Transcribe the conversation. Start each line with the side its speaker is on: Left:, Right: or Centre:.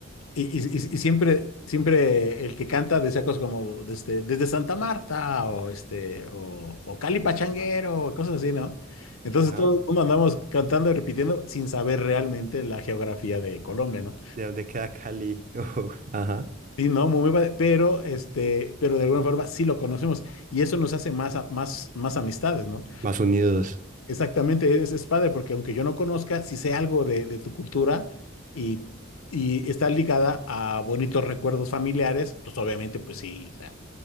Left: Y, y- y- y siempre, siempre el que canta decía cosas como desde, desde Santa Marta o, este, o, o Cali Pachanguero, cosas así, ¿no? Entonces
Right: Ajá.
Left: todo el mundo andamos cantando y repitiendo sin saber realmente la geografía de Colombia, ¿no?
Right: ¿De dónde queda Cali? <laughs> Ujú, ajá.
Left: Sí, no, muy, muy padre, pero este, pero de alguna forma sí lo conocemos y eso nos hace más, a- más, más amistades, ¿no?
Right: Más unidos.
Left: Exactamente, es, es padre porque aunque yo no conozca, sí sé algo de, de tu cultura y, y está ligada a bonitos recuerdos familiares, pues obviamente, pues sí, o sea,